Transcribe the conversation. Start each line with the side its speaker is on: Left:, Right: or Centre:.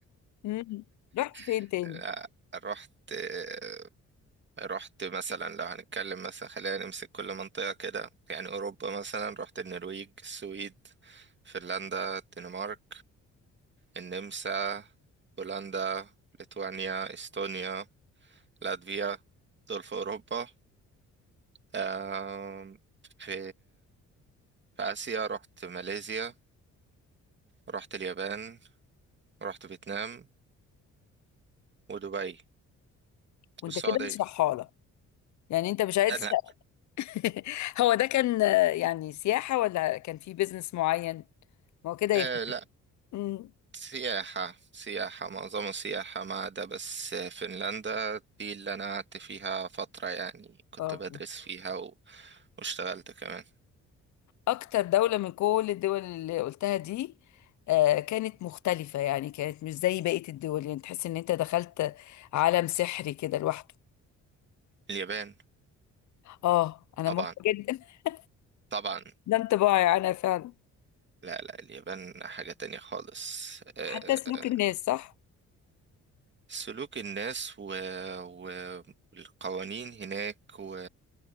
Left: مم. رحت فين
Right: <laughs>
Left: تاني
Right: لأ، رحت آه، رحت مثلا لو هنتكلم مثلا خلينا نمسك كل منطقة كده يعني أوروبا مثلا رحت النرويج السويد فنلندا الدنمارك النمسا بولندا ليتوانيا استونيا لاتفيا دول في أوروبا آم، في في آسيا رحت ماليزيا رحت اليابان رحت فيتنام ودبي
Left: وانت
Right: والسعودية
Left: كده مش رحالة يعني انت مش عايز
Right: آه، لا
Left: <laughs> هو ده كان آه، يعني سياحة ولا كان في بيزنس معين ما هو كده يفرق
Right: آه لا
Left: مم.
Right: سياحة سياحة معظم السياحة ما عدا بس فنلندا دي اللي أنا قعدت فيها فترة يعني كنت
Left: اه
Right: بدرس فيها و... واشتغلت كمان
Left: اكتر دولة من كل الدول اللي قلتها دي آه، كانت مختلفة يعني كانت مش زي بقية الدول يعني تحس ان انت دخلت عالم سحري كده لوحده
Right: اليابان
Left: اه انا
Right: طبعا
Left: موافقة جدا <laughs>
Right: طبعا
Left: ده انطباعي انا فعلا
Right: لا لا اليابان حاجة تانية خالص آه،
Left: حتى سلوك الناس صح
Right: سلوك الناس و... و- والقوانين هناك و...